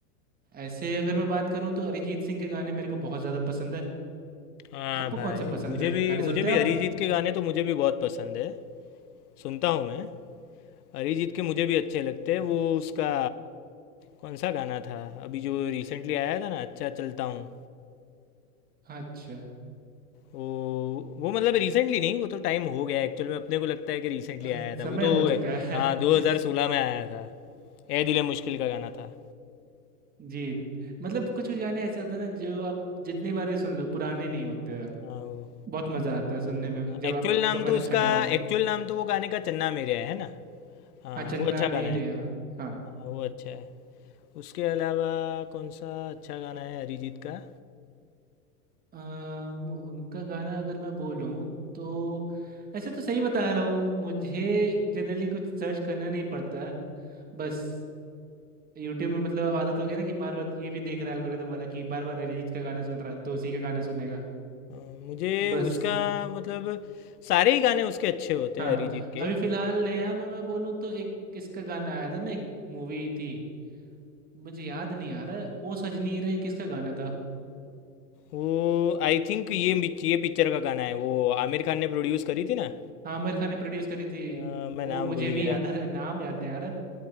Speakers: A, on the right; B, on the left.
A: ऐसे अगर मैं बात करूँ तो अरिजीत सिंह के गाने मेरे को बहुत ज़्यादा पसंद है
B: हाँ
A: आपको
B: भाई
A: कौन से पसंद
B: मुझे
A: है
B: भी
A: गाने
B: मुझे
A: सुनते
B: भी
A: हैं आप
B: अरिजीत के गाने तो मुझे भी बहुत पसंद है सुनता हूँ मैं अरिजीत के मुझे भी अच्छे लगते हैं वो उसका कौन सा गाना था अभी जो रिसेंटली आया था ना अच्छा चलता हूँ
A: अच्छा
B: वो वो मतलब रिसेंटली नहीं वो तो टाइम हो गया एक्चुअल में अपने को लगता है कि रिसेंटली
A: अ,
B: आया था
A: समय
B: वो तो
A: हो चुका है
B: हाँ 2016
A: <laughs>
B: में आया था ए दिल है मुश्किल का गाना था
A: जी मतलब कुछ कुछ गाने ऐसे होते हैं ना जो आप जितनी बार भी सुन लो पुराने नहीं होते आप
B: हाँ वो
A: बहुत मज़ा आता है सुनने में जब
B: एक्चुअल
A: आपका
B: नाम
A: मन
B: तो
A: अच्छा
B: उसका
A: ना हो
B: एक्चुअल नाम तो वो गाने का चन्ना मेरेया है है ना हाँ
A: हाँ चन्ना
B: वो अच्छा
A: मेरेया
B: गाना है
A: हाँ
B: हाँ, वो अच्छा है उसके अलावा कौन सा अच्छा गाना है अरिजीत का
A: अम, उनका गाना अगर मैं बोलूँ तो ऐसे तो सही बता रहा हूँ मुझे जनरली कुछ सर्च करना नहीं पड़ता बस यूट्यूब में मतलब अब आदत हो गई ना कि बार बार ये भी देख रहा है एल्गोरिदम वाला कि बार बार अरिजीत का गाना सुन रहा है तो उसी का गाना सुनेगा
B: अ, मुझे
A: बस
B: उसका मतलब सारे ही गाने उसके अच्छे होते
A: हाँ
B: हैं अरिजीत के
A: अभी फिलहाल नया में मैं बोलूँ तो एक किसका गाना आया था ना एक मूवी थी मुझे याद नहीं आ रहा है, ओ सजनी रे किसका गाना था
B: वो आई थिंक ये मिच- ये पिक्चर का गाना है वो आमिर खान ने प्रोड्यूस करी थी ना
A: हाँ आमिर खान ने प्रोड्यूस करी थी
B: अ, मैं
A: वो
B: नाम
A: मुझे
B: भूल
A: भी
B: गया
A: याद आ रहा है नाम याद नहीं आ रहा